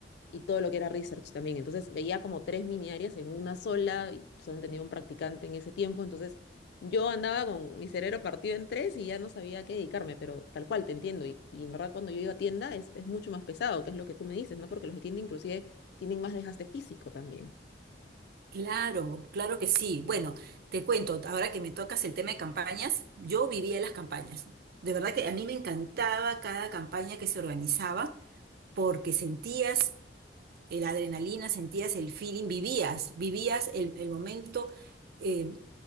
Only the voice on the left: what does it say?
y todo lo que era research también. Entonces veía como tres mini áreas en una sola, y solo tenía un practicante en ese tiempo, entonces yo andaba con mi cerebro partido en tres y ya no sabía a qué dedicarme, pero tal cual, te entiendo. Y, y en verdad cuando yo iba a tienda es, es mucho más pesado, que es lo que tú me dices, ¿no? Porque los de tienda inclusive tienen más desgaste físico también.